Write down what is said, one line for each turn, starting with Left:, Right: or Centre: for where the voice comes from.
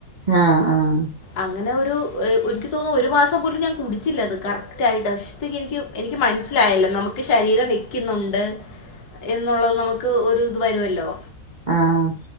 Right: ആഹ് ആഹ്
Left: അങ്ങനെ ഒരു എനിക്ക് തോന്നുന്നു ഒരു മാസം പോലും ഞാൻ കുടിച്ചില്ല അത് കാ <unintelligible> എനിക്ക് എനിക്ക് മനസ്സിലായല്ലോ നമുക്ക് ശരീരം വെക്കുന്നുണ്ട്. എന്നുള്ളത് നമുക്ക് ഒരു ഇത് വരുവല്ലോ
Right: ആഹ്